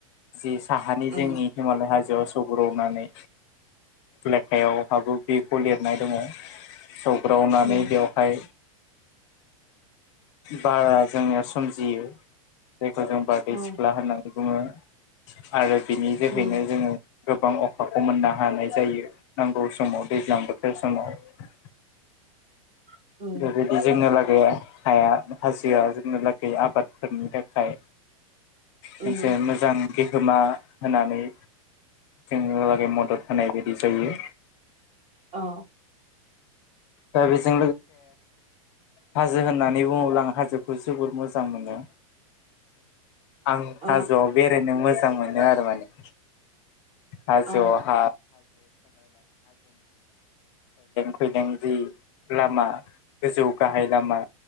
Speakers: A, on the left; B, on the right.
A: जे साहानि जोंनि
B: उम
A: हिमालय हाजोआव सौरग्रावनानै लेखायाव हाग बेखौ लिरनाय दङ सौ रावनानै
B: उम
A: बेवहाय बारा जोङो सोमजियो जायखौ जों बारदै
B: औ
A: सिख्ला होननानै बुङो आरो बिनि जोहैनो
B: उम
A: जोङो गोबां अखाखौ मोननो हानाय जायो नांगौ समाव दैज्लां बोथोर समाव
B: <inaudible> उम
A: बेबादि <unintelligible> <unintelligible> आफादफोरनि थाखाय
B: उम
A: मोनसे मोजां बिहोमा होननानै जोङो लागै मदद होनाय जायो
B: औ
A: दा बेजों हाजो होननानै बुंङोब्ला हाजोखौ आं जोबोर मोजां मोनो आं
B: औ
A: हाजोआव बेरायनो मोजां मोनो आरो माने <inaudible> थायलें
B: औ
A: फैलें जि लामा गोजौ गाहाय लामा